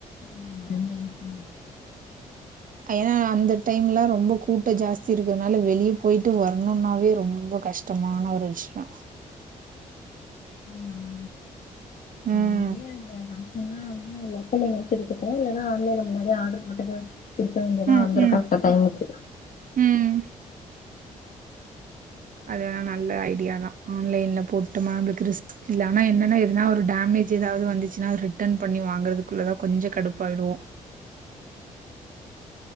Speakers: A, on the left (about 55°); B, on the right (about 55°).
A: ம் ஆன்லைன் தா
B: ஏன்னா அந்த டைம்ல ரொம்ப கூட்டோ ஜாஸ்தி இருக்குறதுனால வெளிய போயிட்டு வரணும்னாவே ரொம்ப கஷ் டமான ஒரு விஷயோ
A: ம் அம்
B: ம்
A: முன்னாடியே இந்த ஃபங்ஷன்னா லோக்கல்ல எங்கயாச்சு எடுத்துக்கோ இல்லன்னா ஆன்லைன்ல முன்னாடியே ஆர்டர் போட்டது இப்ப இங்கதா
B: ம்
A: வந்துருக்கு
B: ம்
A: கரெக்ட் டைமுக்கு
B: ம் அது வேணா நல்ல ஐடியா தா ஆன்லைன்ல போட்டு நமளுக்கு ரிஸ்க் இல்ல ஆனா என்னன்ன எதனா ஒரு டேமே மேஜ் ஏதாவது வந்துச்சுன்னா ரிட்டன் பண்ணி வாங்கறதுக்குள்ளதா கொஞ்சோ கடுப்பாயிடுவோ
A: <inaudible>